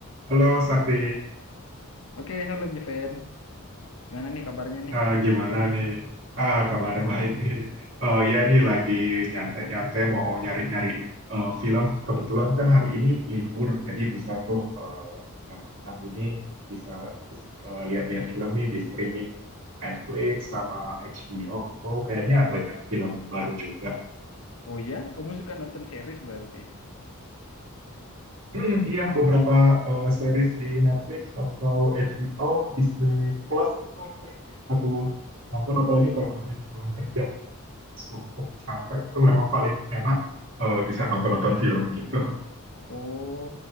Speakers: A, on the right; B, on the left.
A: Halo Sakti,
B: Oke, halo Juven. Gimana nih kabarnya nih?
A: Eh, gimana nih? Ah, kabar baik nih. Eh, ya nih lagi nyantai-nyantai mau nyari-nyari eh, film. Kebetulan kan hari ini libur, jadi bisa tuh eh, yang ini bisa eh, lihat-lihat film nih di streaming Netflix sama HBO. Kayaknya banyak film baru juga.
B: Oh ya, kamu suka nonton series berarti.
A: Hmm iya, beberapa eh, series di Netflix atau HBO, Disney Plus itu sering sih aku nonton, apalagi kalau habis pulang kerja. Untuk capek itu memang paling enak eh, bisa nonton-nonton film gitu.
B: Oh,